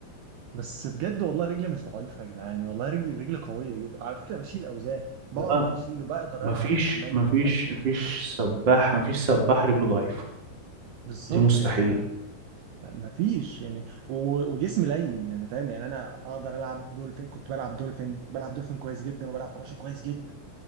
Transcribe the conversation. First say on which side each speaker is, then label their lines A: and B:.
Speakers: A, on the right; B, on the right.
A: بس بجد والله رجلي مش ضعيفة يا جدعان والله رجلي رجلي قوية جدا على فكرة بشيل أوزان بقدر
B: لا
A: أشيله بقدر
B: مفيش
A: ألعب أمامي
B: مفيش
A: وخلفي
B: مفيش سباح مفيش سباح رجله ضعيفة
A: بالظبط
B: دي مستحيل
A: يعني أنا ما فيش يعني و- وجسمي لين يعني فاهم يعني أنا أقدر ألعب دولفين كنت بلعب دولفين بلعب دولفين كويس جدا وبلعب فراشة كويس جدا